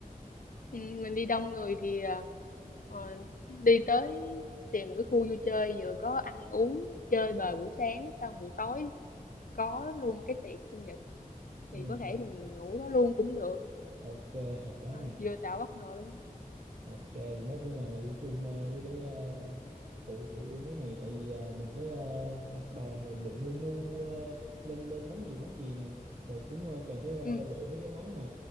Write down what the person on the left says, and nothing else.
Ừ, mình đi đông người thì ờ, ờ, đi tới tìm một cái khu vui chơi vừa có ăn uống chơi bời buổi sáng xong buổi tối có luôn cái tiệc sinh nhật
thì có thể
mình ngủ đó luôn cũng được
Ờ,
vừa tạo bất ngờ luôn
ừ